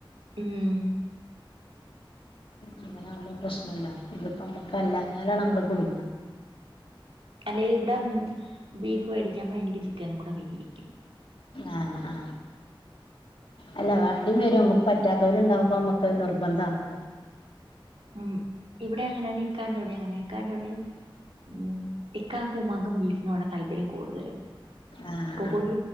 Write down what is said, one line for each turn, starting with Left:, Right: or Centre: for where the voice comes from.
Right: ഊം
Left: അങ്ങനെ ആകുമ്പോ പ്രശ്നല്ല ഇതിപ്പോ നമ്മക്ക് അല്ലഞ്ഞാലാണ് നമ്മള് കുടുങ്ങ
Right: അല്ലേലും ഇവിടെ ബീഫ് വേടിക്കാമ്പോ എനിക്ക് ചിക്കനും കൂടെ വേടിക്കും
Left: ആ ആ അല്ല വാണ്ടംവരും മ്മക്ക് പറ്റാത്തോല്ണ്ടവുമ്പ മ്മക്കത്‌ നിർബന്ധ ആണല്ലോ
Right: ഉം ഇവിടെ അങ്ങനെയന്നെ ഇക്കാൻന്റെവിടെ അങ്ങനെ ക്കാൻന്റെവിടെയും ഉം ഇ ഇക്കാക്കും ഉമാകും ബീഫിനോട്ടൊല്പര്യം കൂടുതലും
Left: ആഹ്
Right: കൊക്കോഴി